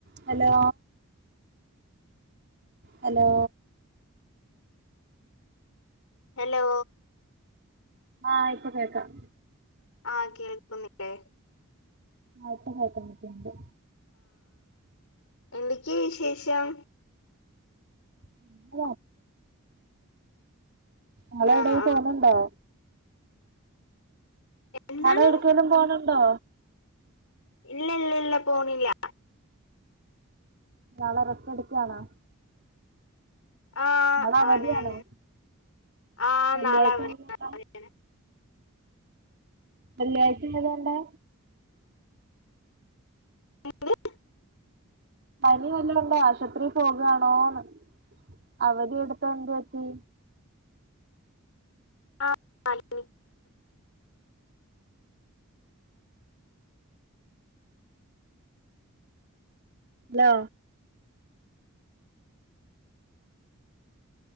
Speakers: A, on the right; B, on the left.
A: ഹലോ ഹലോ
B: ഹലോ
A: ആഹ് ഇപ്പൊ കേക്കാം
B: ആഹ് കേൾക്കു ന്നി ല്ലേ
A: ആഹ് പ്പ കേൾക്കമ്പറ്റ്ണ്ട്
B: എന്തെക്കേ വിശേഷം
A: <unintelligible> ഞളെ
B: ആഹ്
A: എവിടെ
B: ആഹ്
A: പോന്ന്ണ്ടോ
B: എന്താണ്
A: ങ്ങള് എവ്ട്ക്കേലും പോണ് ണ്ടോ
B: ഇല്ല ഇല്ല ഇല്ല പോണിയ്യ
A: നാളെ റെസ്റ്റെടുക്കുവാണോ
B: ആഹ്
A: നാളെ അവധിയാണോ
B: ആണ് ആണ് ആഹ്
A: വെള്ളിയാഴ്ച
B: നാളെ അവധിയാണ്
A: <unintelligible> സാ
B: അവധിയാണ്
A: വെള്ളിയാഴ്ച്ചിം <unintelligible> ണ്ടാ
B: <unintelligible>
A: പനി വല്ലോണ്ടോ ആശുപത്രിയി പോകാണോന്ന് അവധിയെടുത്ത എന്ത് പറ്റി
B: ആഹ് <unintelligible>
A: തോ